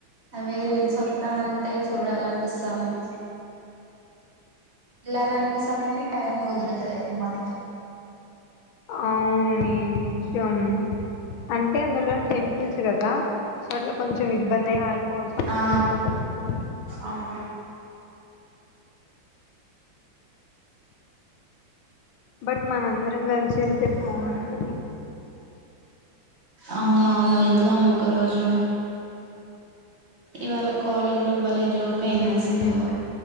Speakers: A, on the right; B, on the left.
A: అవే రీల్స్ వస్తా ఉంటాయి చూడాలనిపిస్తోంది వెళ్లాలనిపిస్తోంది కానీ టైం కుదరత లేదు మనకి
B: ఆ నిజం అంటే అందులోని టెంపుల్స్ కదా సో అట్ల కొంచెం ఇబ్బంది అయిపోవాల్సి వస్తుంది
A: ఆ
B: ఒకరి తర్వాత ఒకరికి
A: అవును
B: బట్ మనందరం కలిసి వెళ్తే
A: ఇంకా
B: బాగుంటది
A: అవునవును వెళ్దాం ఒక్క రోజు ఇవాళ కాలేజ్ లో భలే జోక్ అయింది
B: హ్మ్
A: అస్ లు